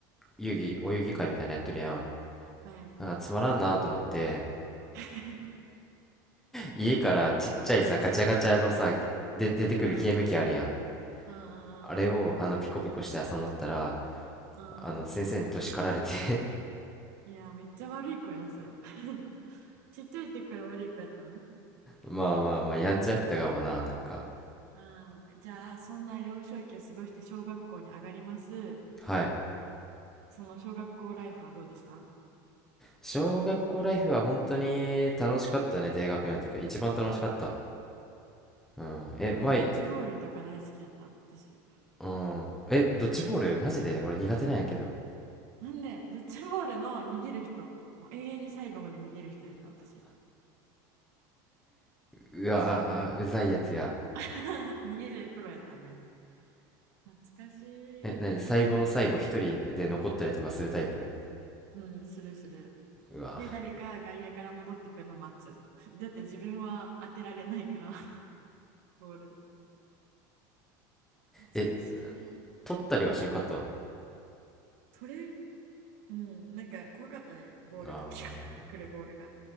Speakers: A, in the centre; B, on the right.
A: 遊戯、お遊戯会みたいなのやっとるやん。
B: はい。
A: なんかつまらんなと思って、
B: <laughs>
A: 家からちっちゃいさ、ガチャガチャのさ、で、出てくるゲーム機あるやん。
B: うん、うん、う
A: あれをあのピコピコして遊んだったら
B: ん、うん。
A: あの先生にど叱られて
B: うん
A: <laughs>
B: いや、めっちゃ悪い子やん、それ。<laughs> ちっちゃい時から悪い子やったん
A: まあまあまあやんちゃやったかもななんか
B: あーじゃあ、そんな幼少期を過ごして小学校に上がります。
A: はい
B: その小学校ライフはどうでした
A: 小学校ライフは本当に楽しかったね低学年の時は一番楽しかったうんえ前
B: うわ、ドッジボールとか大好きやった、私。
A: うんえドッジボールマジで俺苦手なんやけど
B: なんで、ドッジボールの逃げる人、もう永遠に最後まで逃げる人やった、私。
A: うわーうざいやつや
B: マジで。<laughs> 逃げるプロやったね。懐かし
A: えなに最後の最後一人で残ったりとかするタイプ
B: い。うん、するする。
A: うわー
B: で、誰か外野から戻ってくるの待つ。<laughs> だって自分は当てられないから、ボール。懐かしいな。
A: え取ったりはしんかったん
B: 取れん、うん、なんか怖かったね、ボールが。
A: あ
B: ピューってくるボールが。
A: ー